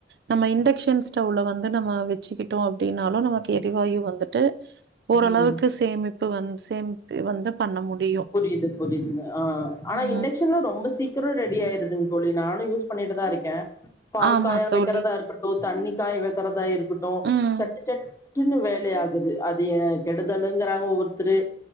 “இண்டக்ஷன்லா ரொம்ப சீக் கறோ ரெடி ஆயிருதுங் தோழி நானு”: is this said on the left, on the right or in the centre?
Left